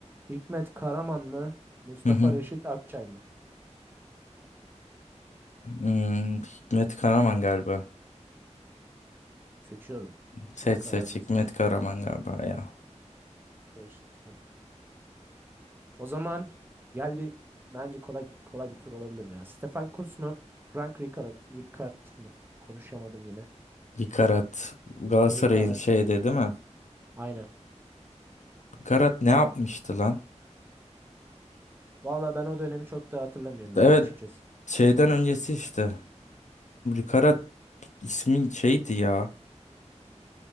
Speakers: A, on the right; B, on the left.
A: Hikmet Karaman mı? Mustafa
B: Hı hı.
A: Reşit Akçay mı?
B: Hmm, Hikmet Karaman galiba.
A: Seçiyorum.
B: Seç
A: Son kararınsa.
B: seç Hikmet Karaman galiba ya.
A: Seçtim. O zaman geldi. Bence kolay kolay bir tur olabilir mi ya. Stefan Kuntz mu? Frank Rijkaard, Rijkaard mı? Konuşamadım yine.
B: Karat Galatasaray'ın
A: Rijkaard.
B: şeyde değil mi?
A: Aynen.
B: Karat ne yapmıştı lan?
A: Valla ben o dönemi çok da hatırlamıyorum
B: Evet
A: yani açıkçası.
B: şeyden öncesi işte. Karat ismin şeydi ya.